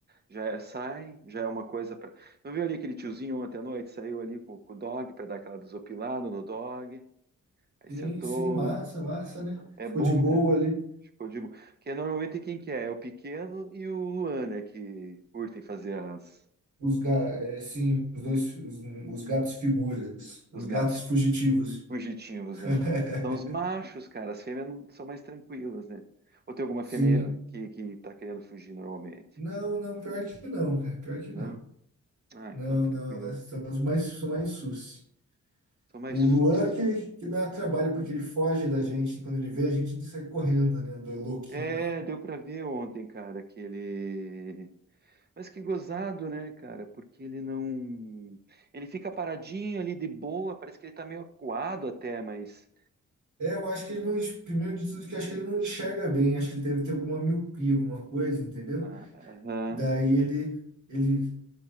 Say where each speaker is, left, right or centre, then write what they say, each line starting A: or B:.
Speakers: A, on the right (about 30°); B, on the right (about 70°).
A: Já é- sai, já é uma coisa pra. Não viu ali aquele tiozinho ontem à noite? Saiu ali com, com o dog pra dar aquela desopilada no dog. Aí
B: Sim,
A: sentou.
B: sim, massa, massa, né?
A: É
B: Ficou
A: bom,
B: de boa
A: cara.
B: ali.
A: Ficou de boa. Porque normalmente quem que é? É o pequeno e o Luan, né? Que curtem fazer as,
B: Os, ga é, sim, os dois, os, os gatos figuras, os
A: os gatos.
B: gatos fugitivos.
A: fugitivos,
B: <laughs>
A: né? Então, os machos, cara, as fêmeas não- são mais tranquilas, né? Ou tem alguma
B: Sim.
A: fêmea que, que tá querendo fugir normalmente?
B: Não, não, pior que não, cara, pior que
A: Não?
B: não.
A: Ah,
B: Não,
A: então tranquilo.
B: não, elas são os mais, são mais sus.
A: São mais
B: O Luan
A: suci.
B: que, que dá trabalho, porque ele foge da gente. Quando ele vê, a gente ele sai correndo, né? Do louquinho.
A: É, deu pra ver ontem, cara, aquele. Mas que gozado, né, cara? Porque ele não. Ele fica paradinho ali de boa, parece que ele tá meio acuado até, mas.
B: É, eu acho que ele não. enx- Primeiro de tudo, que eu acho que ele não enxerga bem. Acho que ele deve ter alguma miopia, alguma coisa, entendeu?
A: Ah, aham.
B: Daí ele, ele